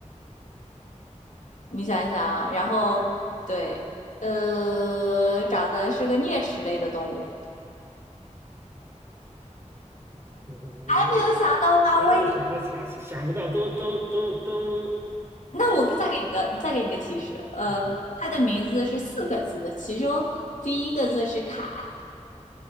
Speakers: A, on the left; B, on the right.
A: 你想一想啊，然后对，呃，长得是个啮齿类的动物，
B: 我我我没有想到查，
A: 没有想到吧？我也，
B: 想不到都都都都
A: 那我再给你个，
B: 都
A: 再给你个提示，呃，
B: 啊
A: 他的名字是四个字的，其中第一个字是卡，